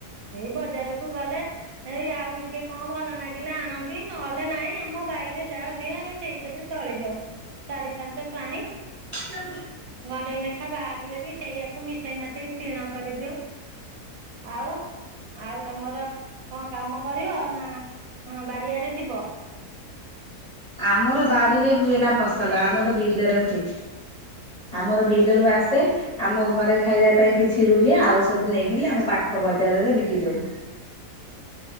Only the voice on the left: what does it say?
କେ
ଆମର ବାରିରେ ହୁଏ ନା ଫସଲ, ଆମର ବିଲରେ ହୁଏ। ଆମର ବିଲରୁ
ଆସେ। ଆମ ଘରେ ଖାଇବା ପାଇଁ କିଛି ରୁହେ, ଆଉ ସବୁ ନେଇକିରି ଆମ ପାଖ ବଜାରରେ ବିକି ଦଉ।